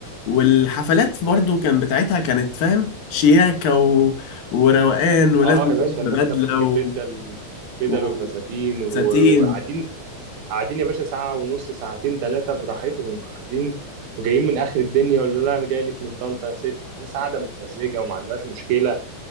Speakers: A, on the left; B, on the right.
A: والحفلات برضو كان بتاعتها كانت فاهم شياكة و... وروقان ولازم
B: اه يا
A: تروح
B: باشا
A: ببدلة
B: الناس كانت بتجيب
A: و...
B: بدل بدل
A: و...
B: وفساتين و-
A: ساتين
B: وقاعدين قاعدين يا باشا ساعه ونص ساعتين ثلاثه براحتهم قاعدين جايين من اخر الدنيا ولا لا انا جاي لك من طنطا يا ست الناس قاعده متمزجه وما عندهاش مشكله